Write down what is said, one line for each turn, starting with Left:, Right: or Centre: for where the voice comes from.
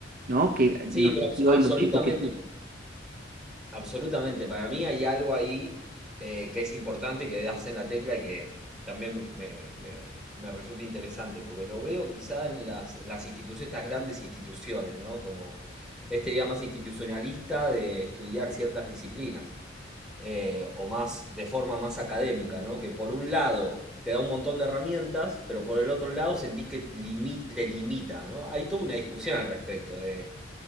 Right: ¿no? Que
Centre: Sí,
Right: no
Centre: pero
Right: sé
Centre: abs-
Right: si
Centre: absolutamente,
Right: hoy los chicos que escuchan.
Centre: absolutamente. Para mí hay algo ahí eh, que es importante, que das en la tecla y que también me, me- me resulta interesante, porque lo veo quizá en las, las instituciones, estas grandes instituciones, ¿no? Como este día más institucionalista de estudiar ciertas disciplinas, eh, o más de forma más académica, ¿no? Que por un lado te da un montón de herramientas, pero por el otro lado sentís que limi- te limita, ¿no? Hay toda una discusión al respecto de